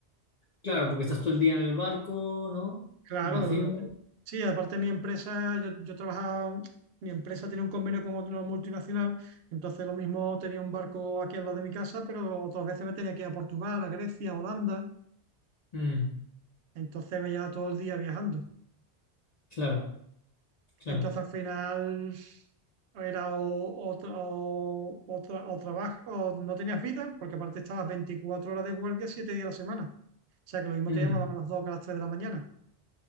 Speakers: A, on the left; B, on the right.
A: Claro, porque estás todo el día en el barco, ¿no?
B: Claro,
A: Imagino.
B: te- sí, aparte mi empresa, yo, yo trabajaba, mi empresa tiene un convenio con otra multinacional, entonces lo mismo tenía un barco aquí al lado de mi casa, pero otras veces me tenía que ir a Portugal, a Grecia, a Holanda,
A: Mm,
B: entonces me llevaba todo el día viajando.
A: claro, claro.
B: Entonces al final era o, o, tra- o- o tra- o trabajo, o no tenías vida, porque aparte estabas 24 horas de guardia, 7 días a la semana. O sea que lo mismo
A: Mm,
B: te llamaban a las 2, que a las 3 de la mañana.